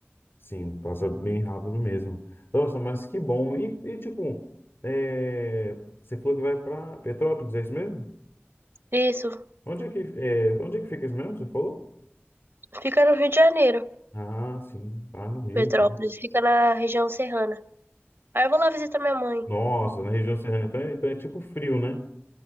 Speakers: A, on the left; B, on the right.
A: Sim, passa bem rápido mesmo. Nossa, mas que bom. E, e, tipo, é, você falou que vai para Petrópolis, é isso mesmo?
B: Isso,
A: Onde é que, é, onde é que fica isso mesmo? Você falou?
B: fica no Rio de Janeiro,
A: Ah, sim. Ah, no Rio,
B: Petrópolis,
A: então.
B: fica na região serrana. Aí eu vou lá visitar minha mãe.
A: Nossa, na região serrana, então é, então é tipo frio, né?